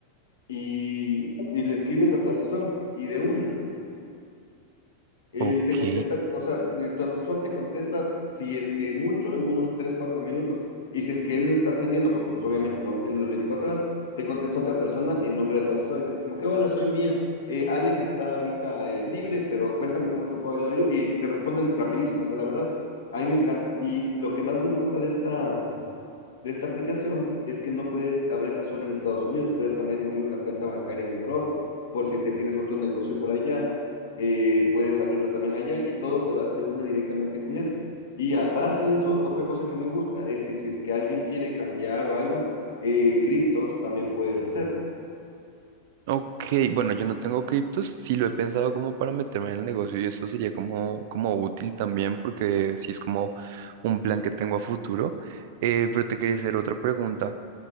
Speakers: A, on the left; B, on the right.
A: y, y le escribes a tu asesor y de una. Él
B: Ok.
A: te contesta, o sea, de- tu asesor te contesta si es que mucho en unos 3 4 minutos. Y si es que él no está atendiendo, porque pues obviamente no atiende las 24 horas, te contesta otra persona en nombre de tu asesor. Y dice como que, hola, soy Mía. Eh, Alex está ahorita eh, libre, pero cuéntame cómo te puedo ayudar yo. Y te responden rapidísimo, o sea, la verdad, a mí me encanta. Y lo que más me gusta de esta, de esta aplicación es que no puedes abrirla solo en Estados Unidos, puedes también abrir una cuenta bancaria en Europa, por si es que tienes otro negocio por allá, eh, puedes abrirlo también allá y todo se, va, se une directamente con esta. Y aparte de eso, otra cosa que me gusta es que si es que alguien quiere cambiar o algo, eh, criptos también puedes hacerlo.
B: Ok, bueno, yo no tengo criptos, sí lo he pensado como para meterme en el negocio y esto sería como, como útil también porque sí es como un plan que tengo a futuro. Eh, pero te quería hacer otra pregunta.